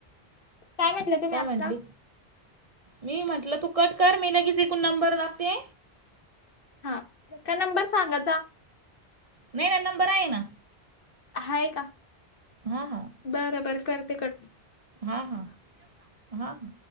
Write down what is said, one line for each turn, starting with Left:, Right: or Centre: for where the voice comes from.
Left: काय म्हणल्या तुम्ही
Right: काय
Left: आता....
Right: म्हंटली मी म्हटलं तू कट कर मी लगेच एकूण नंबर दाबते...
Left: हा त्या का नंबर सांगाचा...
Right: नाही नाही नंबर आहे ना...
Left: हाय का
Right: हा हा
Left: बरोबर करते करते...
Right: हा हा हा हा....